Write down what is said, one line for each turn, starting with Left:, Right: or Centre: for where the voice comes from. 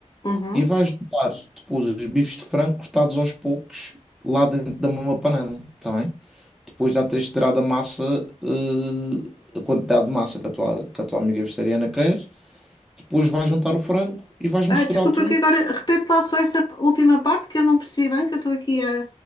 Left: uhum.
Centre: e vais botar depois os bifes de frango cortados aos poucos lá dentro da mesma panela, está bem? depois já tens de tirar da massa, eh, a quantidade de massa que a tua, que a tua amiga vegetariana quer, depois vais juntar o frango e vais
Left: Ah,
Centre: misturar
Left: desculpa
Centre: tudo.
Left: que agora repete lá só essa última parte que eu não percebi bem, que eu estou aqui a,